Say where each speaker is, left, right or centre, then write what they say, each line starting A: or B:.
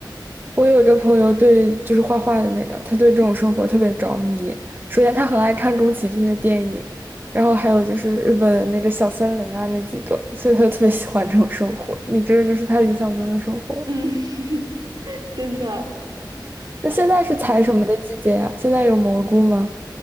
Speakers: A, on the right; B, on the right.
A: 我有一个朋友对，就是画画的那个，他对这种生活特别着迷。首先，他很爱看宫崎骏的电影，然后还有就是日本的那个小森林啊那几个，所以他就特别喜欢这种生活。你这个就是他理想中的生活。
B: <laughs> 嗯，真的。
A: 那现在是采什么的季节呀、
B: 嗯。
A: 现在有蘑菇吗？